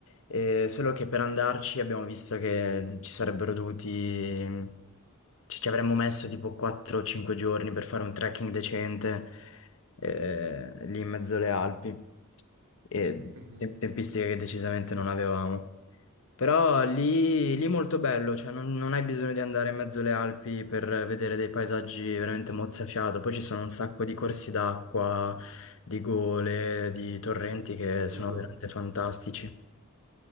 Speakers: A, on the left; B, on the right.
A: eh, solo che per andarci abbiamo visto che ci sarebbero dovuti... mm, ci, ci avremmo messo tipo 4-5 giorni per fare un trekking decente, eh, lì in mezzo alle Alpi, e
B: Mhm.
A: te- tempistiche che decisamente non avevamo. Però lì, lì molto bello, cioè non, non hai bisogno di andare in mezzo alle Alpi per vedere dei paesaggi veramente mozzafiato. Poi ci sono un sacco di
B: Mhm.
A: corsi d'acqua, di gole, di torrenti che sono
B: Figo.
A: veramente fantastici.